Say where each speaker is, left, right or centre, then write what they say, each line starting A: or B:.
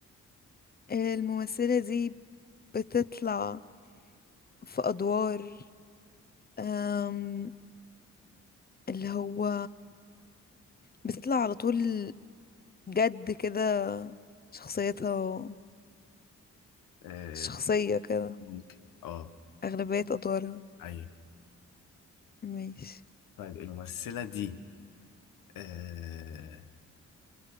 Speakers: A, on the left (about 30°); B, on the left (about 90°).
A: الممثلة دي بتطلع في أدوار أم، اللي هو بتطلع على طول جد كده شخصيتها
B: آه
A: شخصية كده
B: ممكن اه
A: أغلبية أدوارها
B: أيوة
A: ماشي
B: طيب الممثلة دي آه